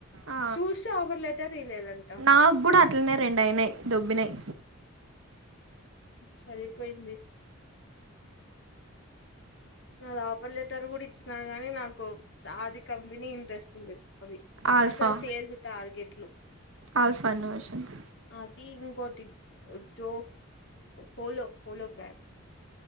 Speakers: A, on the right (about 70°); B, on the left (about 55°).
A: ఆ,
B: చూస్తే ఆఫర్ లెటర్ ఇలేదంట
A: నాకు కూడా అట్లనే రెండు అయినాయి దొబ్బినాయి
B: సరిపోయింది నా ఆపర్ లెటర్ కూడా ఇచ్చినారు కానీ నాకు ఆది కంపెనీ ఇంట్రెస్ట్ లేదు అవి
A: ఆల్ఫా
B: అసలు సేల్స్ టార్గెట్లు
A: ఆల్ఫా ఇన్నోవేషన్స్
B: అ ఇంకోటి చో హోలో హలో పా